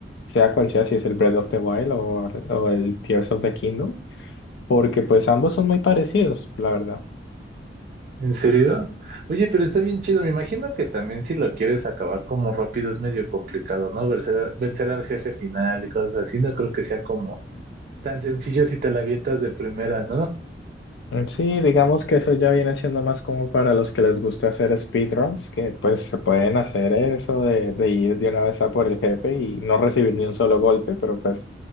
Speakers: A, on the left; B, on the right.
A: sea cual sea, si es el Breath of the Wild o, o el Tears of the Kingdom, porque pues ambos son muy parecidos, la verdad.
B: ¿En serio? Oye, pero está bien chido. Me imagino que también si lo quieres acabar como rápido es medio complicado, ¿no? Vencer, a- vencer al jefe final y cosas así. No creo que sea como tan sencillo si te la avientas de primera, ¿no?
A: Mm, Sí, digamos que eso ya viene siendo más como para los que les gusta hacer speedruns, que pues se pueden hacer eso de, de ir de una vez a por el jefe y no recibir ni un solo golpe, pero pues